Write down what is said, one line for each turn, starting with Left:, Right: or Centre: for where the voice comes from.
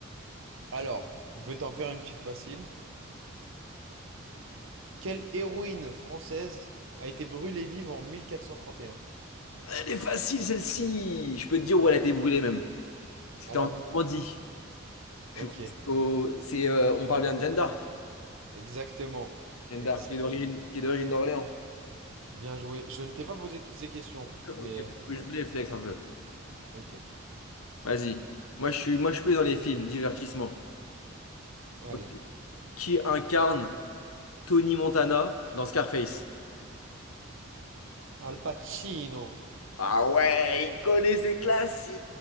Right: Alors, je vais t'en faire une petite facile. Quelle héroïne française a été brûlée vive en 1431?
Left: Elle est facile celle-ci! Je peux te dire où elle a été brûlée même. C'était
Right: Alors,
Left: en Normandie. Je
Right: ok,
Left: crois que c'est au- c'est, euh, on parle bien de Jeanne d'Arc.
Right: exactement,
Left: Jeanne
Right: exactement.
Left: d'Arc qui est d'origine qui est d'origine d'Orléans.
Right: Bien joué. Je ne t'ai pas posé toutes ces questions,
Left: <laughs> Ok,
Right: mais
Left: je
Right: euh, ouais,
Left: voulais flex un peu.
Right: ok.
Left: Vas-y. Moi, je suis, moi, je suis dans les films, divertissement.
Right: Allez.
Left: Ok. Qui incarne Tony Montana dans Scarface?
Right: Al Pacino.
Left: Ah ouais, il connaît ses classiques.